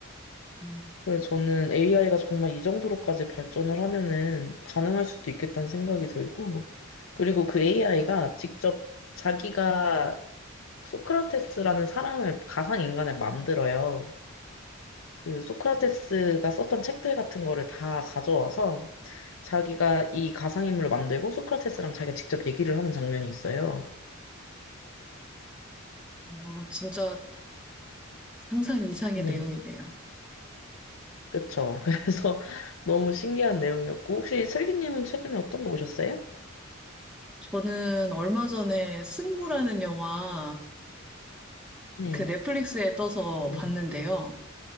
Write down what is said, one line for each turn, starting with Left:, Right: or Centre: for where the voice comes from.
Centre: 음,
Left: 그래서 저는 AI가 정말 이 정도로까지 발전을 하면은 가능할 수도 있겠다는 생각이 들고, 그리고 그 AI가 직접 자기가 소크라테스라는 사람을, 가상인간을 만들어요. 그 소크라테스가 썼던 책들 같은 거를 다 가져와서 자기가 이 가상인물을 만들고 소크라테스랑 자기가 직접 얘기를 하는 장면이 있어요.
Centre: 어, 진짜 상상 이상의
Left: 네.
Centre: 내용이네요.
Left: 그쵸. <laughs> 그래서 너무 신기한 내용이었고, 혹시 슬기님은 최근에 어떤 거 보셨어요?
Centre: 저는 얼마 전에 승부라는 영화
Left: 네.
Centre: 그 넷플릭스에 떠서
Left: 네네.
Centre: 봤는데요.